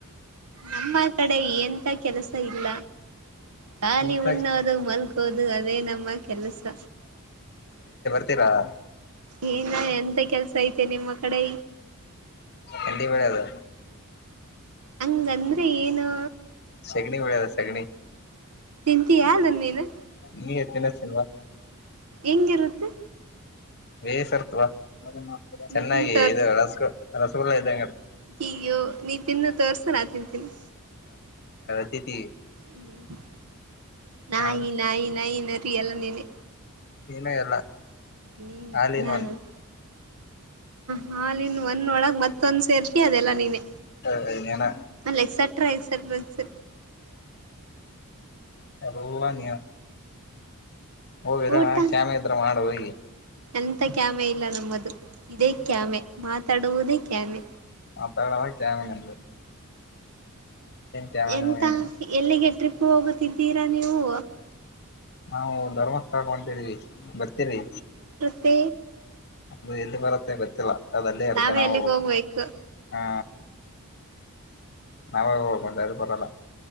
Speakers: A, on the right; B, on the left.
A: ನಮ್ಮ ಕಡೆ ಎಂತ ಕೆಲಸ ಇಲ್ಲ. ಖಾಲಿ
B: ಇಂತ
A: ಉಣ್ಣೋದು ಮಲ್ಗೋದು ಅದೇ ನಮ್ಮ ಕೆಲ್ಸ.
B: ರಾ.
A: ಏನ್ ಎಂತ ಕೆಲ್ಸ ಐತೆ ನಿಮ್ಮ ಕಡೆ.
B: ಎಟ ಇಬಡೆ ಅದು.
A: ಹಂಗಂದ್ರೆ ಏನು.
B: ಸೆಗಣಿ ಕೊಡದ ಸೆಗಣಿ.
A: ತಿಂತೀಯಾ ಅದನ್ನ ನೀನು
B: ನೀ ತಿಿನ್ತನ್ವಾ.
A: ಹೆಂಗಿರುತ್ತೆ.
B: ಬೇಸರ್ತ್ವಾ
A: ನೀ
B: ಚೆನ್ನಾಗಿ
A: ತಿಂದು
B: ಇ ರಸಗ ರಸಗುಲ್ಲ ಇದಂಗರ್ತ.
A: ಹಯ್ಯೋ ನೀ ತಿನ್ನ ತೋರ್ಸ ನಾ ತಿಂತೀನಿ.
B: ಗೆತತಿ.
A: ಹ್ಮ ನಾಯಿ
B: ನಾನು
A: ನಾಯಿ ನ ನರಿೀ ಎಲ್ಲ ನೀನೆ.
B: ನೀನ ಎಲ್ಲ.
A: ನೀನ್
B: ಆಲ್ ಇನ್
A: ನ
B: ಒನ್
A: ಹಾಲನ್ನು. ಒಂದ ಒಳಗ್ ಮತ್ತೊಂದ್ ಸೇರ್ಪಿ ಅದೆಲ್ಲ ನೀನೆ
B: ನೀನ
A: ಅಲ್ಲಿ ಎಕ್ಸೆಟ್ರಾ ಎಕ್ಸೆಟ್ರಾ. ಸ.
B: ಹ ಎಳ್ಳ ನೀ. ಹೋಗ್ರ
A: ಊಟ
B: ನ ಕ್ಯಾಮೆ ಹತ್ರ ಮಾಡ ಹಿ.
A: ಎಂತ ಕ್ಯಾಮೆ ಇಲ್ಲ ನಮ್ಮದು ಇದೇ ಕ್ಯಾಮೆ ಮಾತಾಡುವುದೇ ಕ್ಯಾಮೆ.
B: ಮತ್ತಳಲ್ಲ ಕಮಂಗ. ಕ್ಯಾಮನು
A: ಎಂತ
B: ಏನು
A: ಎಲ್ಲಿಗೆ ಟ್ರಿಪ್ ಹೋಗುತ್ತಿದ್ದೀರಾ ನೀವು.
B: ನಾವು ಧರ್ಮಸ್ಥಳ ಹೊಂತಿದವಿ ಬರ್ತೀಿ.
A: ಪ.
B: ಅ ಎಲ್ಲಿ ಬರುತ್ತೆ ಗೊತ್ತಿಲ್ಲಾ. ಅದಲ್ಲೇ ಇರ್ತಣಾವೋ
A: ನಾವೇ ಅಲ್ಲಿಗೆ ಹೋಗ್ಬೇಕು
B: ಹಾ. ನಾವಾಗ ಹೋಗ ಅದು ಬರಲ್ಲ.